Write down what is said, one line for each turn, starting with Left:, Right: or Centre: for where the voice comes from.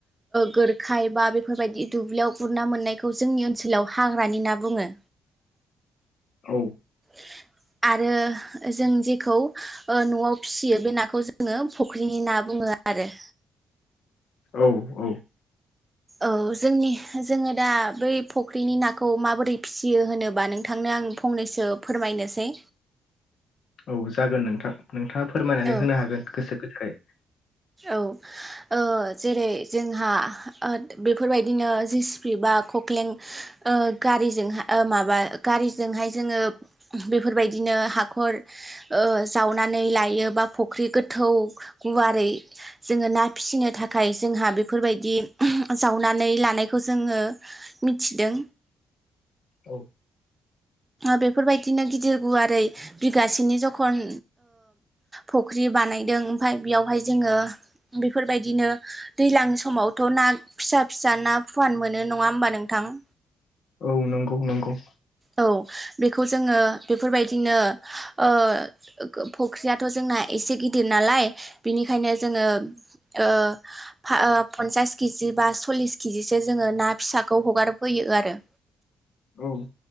Right: गोरखाय बा बेफोरबायदि दुब्लियाव गुर मोननाय। खौ जोंनि ओनसोलाव हाग्रानि ना बुङो।
Left: औ
Right: <inaudible> आरो जों जेखौ ओ न 'आव फिसियो बे नाखौ जोङो फुख्रिनि ना बुङो। आरो
Left: औ औ।
Right: औ जोंनि जोङो दा बै फुख्रिनि नाखौ माबोरै फिसियो होनोबा नोंथांनो आं फंनैसो फोरमायनोसै।
Left: औ जागोन नोंथां नोंथाङा फोरमायनानै
Right: औ
Left: होनो हागोन गोसो गोथारै।
Right: औ। जेरै जोंहा बेफोरबायदिनो जेसिपि बा कक्लें गारिजोंाय माबा गारिजोंहाय जोङो बेफोरबायदिनो हाखर जावनानै लायो बा फुख्रि गोथौ गुवारै जोङो ना फिसिनो थाखाय जोंहा बेफोरबायदि जावनानै लानायखौ जोङो मिथिदों।
Left: औ
Right: बेफोरबायदिनो गिदिर गुवारै बिगासेनि जखन फुख्रि बानायदों ओमफाय बेयावहाय जोङो बेफोरबायदिनो दैज्लां समावथ' ना फिसा फिसा ना फुवान मोनो नङा होमबा न नोंथां।
Left: औ नंगौ नंगौ
Right: औ बेखौ जोङो बेफोरबायदिनो ओ फुख्रियाथ' जों ना एसे गिदिर नालाय बिनिखायनो जोंडो ओ फनसासखिजि केजि बा सरलिस केिजिसो जोङो ना फिसाखौ हगारफैयो आरो
Left: औ।